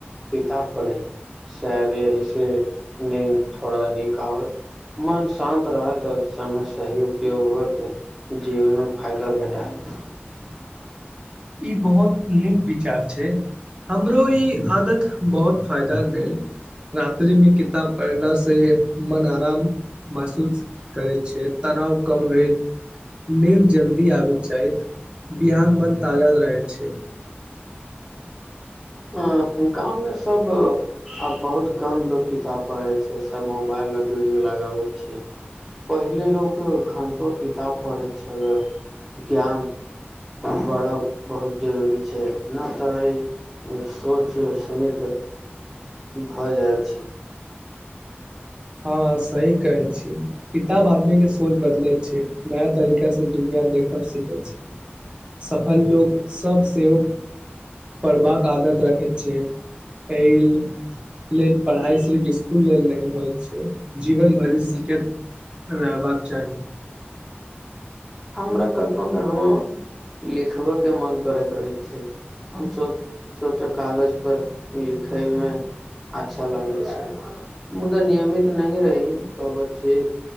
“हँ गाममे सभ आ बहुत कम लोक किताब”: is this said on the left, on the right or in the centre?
Centre